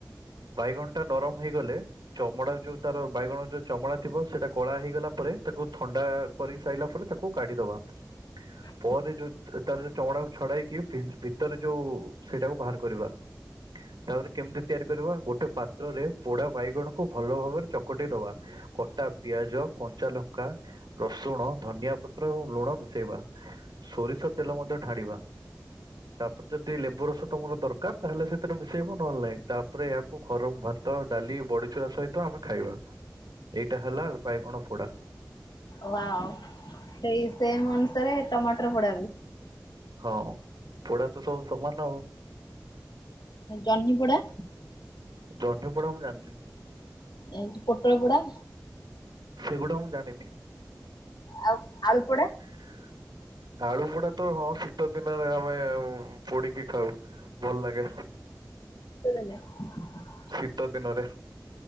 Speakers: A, on the right; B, on the left.
A: ବାଇଗଣଟା ନରମ ହେଇଗଲେ ଚମଡା ଯୋଉ ତାର ବାଇଗଣ ଯୋଉ ଚମଡା ଥିବ ସେଇଟା କଳା ହେଇଗଲା ପରେ ତାକୁ ଥଣ୍ଡା କରି ସାଇଲା ପରେ ତାକୁ କାଡିଦବା।
B: ହଁ।
A: ପରେ ଯୋଉ ତାର ଯୋଉ ଚମଡାକୁ ଛଡେଇକି ଭିତରେ ଯୋଉ ସେଇଟାକୁ ବାହାର କରିବା। ତାପରେ କେମିତି ତିଆରି କରିବା ଗୋଟେ ପା ତ୍ର ରେ ପୋଡା ବାଇଗଣକୁ ଭଲ ଭାବରେ ଚକଟି ଦବା। କଟା ପିଆଜ କଞ୍ଚା ଲଙ୍କା ରସୁଣ ଧନିଆ ପ ପତ୍ର ଏବଂ ଲୁଣ ମିଶେଇବା ସୋରିଷ ତେଲ ମଧ୍ୟ ଢାଣିବା। ତା ପରେ ଯଦି ଲେମ୍ବୁ ରସ ତମର ଦରକାର ତାହେଲେ ସେଥିରେ ମିଶେଇବ ନହେଲେ ନାଇଁ ତାପରେ ଏହାକୁ ଗରମ ଭାତ, ଡାଲି, ବଡିଚୁର ସହିତ ଆମେ ଖାଇବା। ଏଇଟା ହେଲା ବାଇଗଣ ପୋଡା।
B: ୱାଓ ସେଇ ସେମ ଅନୁସାରେ ଟମାଟର ପୋଡା ବି?
A: ହଁ ପୋଡା ତ ସବୁ ସମାନ ଆଉ।
B: ଜହ୍ନିପୋଡା?
A: ଜହନପଡା ମୁଁ ଜାଣିନି।
B: ଏ ପୋଟଳ ପୋଡା।
A: ସେଗୁଡା ମୁଁ ଜାଣିନି।
B: ଆଉ ଆଳୁ ପୋଡା।
A: ହ <unintelligible> ଆଳୁ ପୋଡା ତ ହଁ ଶୀତ ଦିନରେ ଆମେ ପୋଡିକି ଖାଉ ଭଲ ଲାଗେ।
B: ତଲନେ <unintelligible>
A: ଶୀତ ଦିନରେ।